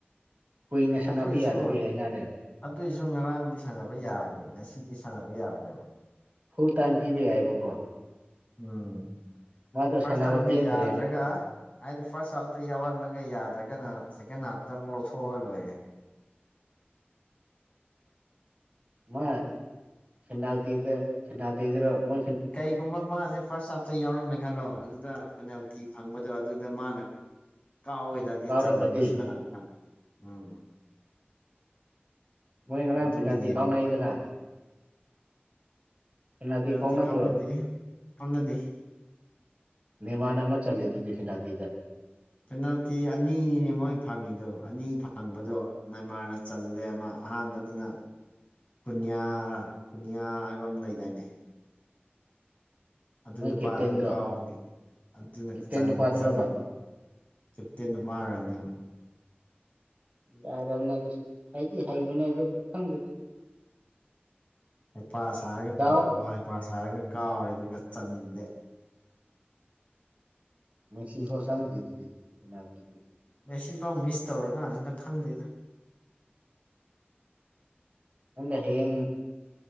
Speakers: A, on the right; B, on the left.
A: ꯀꯨꯏꯅ ꯁꯥꯟꯅꯕ
B: ꯑꯗꯨꯏꯁꯨ
A: ꯌꯥꯗꯕ ꯏꯔꯦꯥꯏꯅꯥꯔꯦ
B: ꯑꯗꯨꯏꯁꯨ ꯉꯔꯥꯡꯗꯤ ꯁꯥꯟꯅꯕ ꯌꯥꯕꯅꯦ ꯉꯁꯤꯗꯤ ꯁꯥꯟꯅꯕ ꯌꯥꯕꯅꯦꯕ
A: ꯐꯨꯜ ꯇꯥꯏꯝ ꯄꯤꯕ ꯌꯥꯏꯑꯕꯀꯣ
B: ꯎꯝ
A: ꯃꯥꯗꯣ ꯁꯥꯟꯅꯕ
B: ꯐꯥꯔꯁ ꯇꯥꯏꯝꯗ
A: ꯄꯦꯟꯗ꯭ꯔꯦꯕ
B: ꯌꯥꯗ꯭ꯔꯒ ꯍꯥꯏꯗꯤ ꯐꯥꯔꯁ ꯍꯥꯞꯇ ꯌꯥꯎꯍꯜꯂꯒ ꯌꯥꯗ꯭ꯔꯒꯅ ꯁꯦꯀꯦꯟ ꯍꯥꯞꯇ ꯑꯃꯨꯛ ꯂꯧꯊꯣꯛꯑꯒ ꯂꯣꯏꯔꯦ
A: ꯃ ꯁꯅꯎꯇꯗ ꯁꯅꯥꯎꯇꯗ꯭ꯔꯣ ꯃ
B: ꯀꯩꯒꯨꯝꯕ ꯃꯥꯁꯦ ꯐꯥꯔꯁ ꯑꯇꯩ ꯌꯥꯎꯔꯝꯃꯦ ꯈꯜꯂꯣ ꯑꯗꯨꯗ ꯄꯦꯅꯥꯜꯇꯤ ꯐꯪꯕꯗꯣ ꯑꯗꯨꯗ ꯃꯥꯅ ꯀꯥꯎꯋꯦ ꯑꯗꯨꯗꯗꯤ
A: ꯀꯥꯎꯔꯕꯗꯤ
B: ꯆꯜꯂꯝꯃꯁꯨ ꯀꯅꯥꯇ ꯎꯝ
A: ꯃꯣꯏ ꯉꯔꯥꯡ
B: ꯑꯗꯨꯒꯤꯗꯤ
A: ꯐꯤꯅꯥꯜꯇꯤ ꯀꯥꯎꯅꯩꯗꯅ ꯄꯦꯅꯥꯜꯇꯤ
B: ꯅ
A: ꯀꯥꯎꯅꯗ꯭ꯔꯣ
B: ꯇ ꯀꯝꯅꯗ ꯀꯅꯗꯤ
A: ꯅꯦꯃꯥꯟ ꯑꯃ ꯆꯠꯂꯤꯗꯨꯗꯤ ꯐꯤꯅꯥꯇꯤꯗ
B: ꯄꯦꯅꯥꯜꯇꯤ ꯑꯅꯤꯅꯦ ꯃꯣꯏ ꯐꯪꯉꯤꯗꯣ ꯑꯅꯤ ꯐꯪꯕꯗꯣꯃꯥꯟꯅ ꯆꯜꯂꯦ ꯑꯃ ꯑꯍꯥꯟꯕꯗꯨꯅ ꯀꯟꯌꯥ ꯀꯨꯟꯌꯥ ꯍꯥꯏꯕ ꯑꯃ ꯂꯩꯗꯥꯏꯅꯦ ꯑꯗꯨ
A: ꯃꯣꯏ
B: ꯅꯨꯄꯥꯗꯨꯅ
A: ꯀꯦꯞꯇꯦꯟꯗꯣ
B: ꯀꯥꯎꯕꯅꯦ ꯑꯗꯨꯅꯪ
A: ꯀꯦꯞꯇꯦꯟ ꯅꯨꯄꯥꯗꯨꯔꯕ
B: ꯆꯪꯗꯕ ꯀꯦꯞꯇꯦꯟ ꯅꯨꯄꯥ ꯑꯣꯏꯔꯔꯕꯅꯦ
A: ꯌꯥꯗꯕꯅꯦ ꯑꯗꯨ ꯍꯩꯗꯤ ꯍꯩꯕꯅꯦ ꯑꯗꯨ ꯐꯪꯗꯗꯤ
B: ꯍꯩꯄꯥ ꯁꯥ ꯍꯥꯏꯔꯒ
A: ꯗꯥꯎ
B: ꯀꯣꯛ ꯍꯩꯄꯥ ꯁꯥ ꯍꯥꯏꯔꯒ ꯀꯥꯎꯔꯦ ꯑꯗꯨꯒ ꯆꯟꯗꯦ
A: ꯃꯦꯛꯁꯤ ꯐꯣ ꯁꯥꯟꯅ ꯊꯤꯗꯤꯅꯥꯗꯤ
B: ꯑ ꯁꯤꯐꯥꯎ ꯃꯤꯁ ꯇꯧꯔꯀꯥꯟꯁꯤ ꯅꯪ ꯈꯪꯗꯦꯗ
A: ꯅꯪꯗ ꯍꯌꯦꯡ